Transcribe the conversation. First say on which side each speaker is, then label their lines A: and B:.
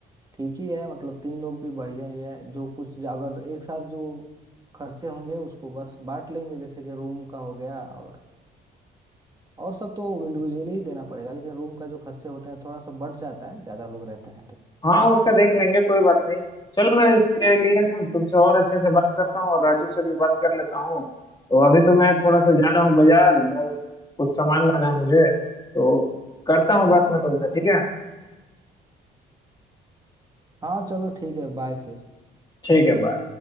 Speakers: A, on the right (about 20°); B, on the left (about 20°).
A: ठीक ही है मतलब तीन लोग भी बढ़िया ही है जो कुछ अगर एक साथ जो खर्चे होंगे उसको बस बांट लेंगे जैसे कि रूम का हो गया और और सब तो इंडिविजुअली ही देना पड़ेगा लेकिन रूम का जो खर्चे होते हैं थोड़ा सा बढ़ जाता है ज्यादा लोग रहते हैं तो
B: हाँ उसका देख लेंगे कोई बात नहीं चलो मैं इसके लिए ना तुमसे और अच्छे से बात करता हूँ और राजू से भी बात कर लेता हूँ तो अभी तो मैं थोड़ा सा जा रहा हूँ बाजार घर कुछ सामान लाना है मुझे तो करता हूँ बात मैं तुमसे ठीक है
A: हाँ चलो ठीक है बाय फिर
B: ठीक है बाय